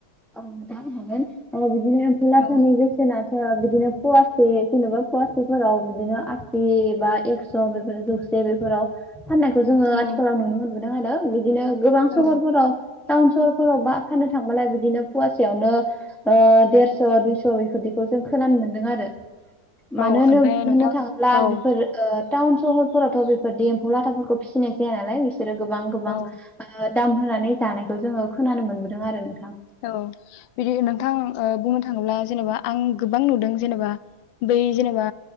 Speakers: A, in the centre; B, on the left.
A: अ नोंथां हागोन अ बिदिनो एमबु राजानि
B: औ
A: बेसेनाथ <unintelligible> बिदिनो फुवासे जेनो'बा फवासेफोराव बिदिनो आसि बा एक्स' बेफोर जौसे बेफोराव फाननायखौ जोङो
B: औ
A: आथिखालाव नुनो मोनो। नुदों आरो बिदिनो गोबां
B: औ
A: सहरफोराव टाउन सहरफोराव बा फानो थांबाला बिदिनो फवासेयावनो ओ देरस' दुइस' बेफोरदिखौ जों खोनानो मोनदों आरो। मानो
B: औ
A: होनो
B: ओमफ्राय
A: होनो
B: नोंथां
A: होननो थाङोब्ला
B: औ
A: बेफोर ओ टाउन सहरफोरावथ' बेफोर एम्फौ लाथाफोरखौ फिसिनाय जाया नालाय बिसोरो गोबां गोबां
B: औ
A: दाम होनानै जानायखौ जोङो खोनानो मोनबोदों आरो नोंथां।
B: औ बिदि नोंथां बुंनो थाङोब्ला जेनेबा आं गोबां नुदों जेनेबा बै जेनेबा